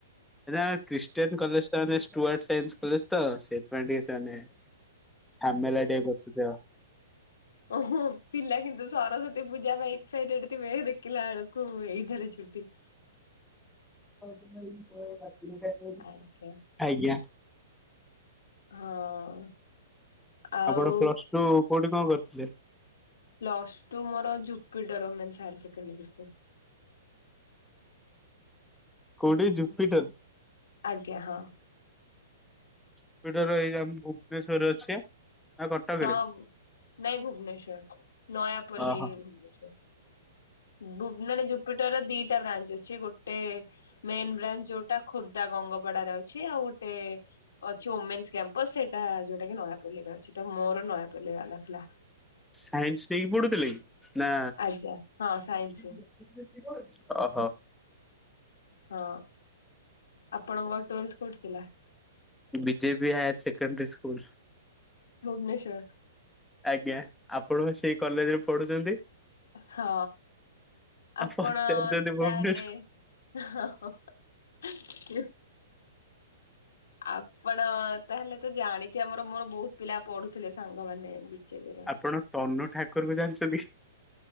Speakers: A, in the centre; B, on the left.
A: ଏଟା ଖ୍ରୀଷ୍ଟିୟାନ୍ କଲେଜ୍ ତାହେନେ ଷ୍ଟୁଆାର୍ଟ ସାଇନ୍ସ କଲେଜ୍ ତ ସେଇଥିପାଇଁ ଟିକେ ସେମାନେ ଝାମେଲା ଟିକେ କରୁଚନ୍ତି ଆଉ।
B: ହ <unintelligible> ଓହୋ ପିଲା କିନ୍ତୁ ସରସ୍ଵତୀ ପୂଜା ପାଇଁ ଏକ୍ସସାଇଟେଡ୍ ଥିବେ ଦେଖିଲା ବେଳକୁ ଏଇଠାରେ ଛୁଟି।
A: ହଉ ସେ <unintelligible>
B: ଆଞା।
A: ଆଜ୍ଞା।
B: ହଁ ଆଉ
A: ଆପଣ ପ୍ଲସ୍ ଟୁ କୋଉଠି କଣ କରିଥିଲେ?
B: ପ୍ଲସଟୁ ମୋର ଜୁପିଟର ଓମେନ୍ସ ସାଇନ୍ସ କଲେଜ <unintelligible>
A: କୋଉଠି ଜୁପିଟର।
B: ଆଜ୍ଞା ହଁ।
A: ଜୁପିଟର ଏଇ ଆମ ଭୁବନେଶ୍ଵରରେ ଅଛି। ନା କଟକରେ?
B: ହଁ ନାଇଁ ଭୁବନେଶ୍ଵର ନୟାପଲ୍ଲି
A: ଓହୋ।
B: ଭୁବନେଶ୍ଵର। ଭୁବମଣି ଜୁପିଟର ର ଦିଟା ବ୍ରାଞ୍ଚ ଅଛି ଗୋ ଗୋଟେ ମେନ୍ ବ୍ରାଞ୍ଚ ଯୋଉଟା ଖୋର୍ଦ୍ଧା ଗଙ୍ଗପଡାରେ ଅଛି ଆଉ ଗୋଟେ ଅଛି ଓମେନ୍ସ କ୍ୟାମ୍। କ୍ୟାମ୍ଫସ୍ ସେଇଟା ଯୋଉଟା କି ନୟାପଲ୍ଲୀ ରେ ଅଛି ତ ମୋର ନୟାପଲ୍ଲୀ ବାଲା ଥିଲା।
A: ସାଇନ୍ସ ନେଇକି ପଢୁଥିଲେ କି ନା
B: ଆଜ୍ଞା ହଁ ସାଇନ୍ସ
A: <unintelligible> ଅହ।
B: ହଁ ଆପଣଙ୍କ ଟୁଏଲତ୍ଥ କୋଉଠି ଥିଲା?
A: BJP higher secondary school.
B: Bhubaneswar.
A: ଆଜ୍ଞା ଆପଣ ପା ସେ କଲେଜରେ ପଢୁଚନ୍ତି।
B: ହଁ ଆପଣ
A: ଆଉ ପଚାରୁଛନ୍ତି ଭୁବନେଶ୍ୱର
B: ତାହେଲେ ହଁ ହଁ ଆପ୍ ଆପଣ ତାହେଲେ ତ ଜାଣି ଥିବେ ଆମର ମୋର ମୋର ବହୁତ ପିଲା ପଢୁଥିଲେ ସାଙ୍ଗମାନେ ବିଜେପିରେ।
A: ଆପଣ ତନୁ ଠାକୁର କୁ ଜାଣିଛନ୍ତି।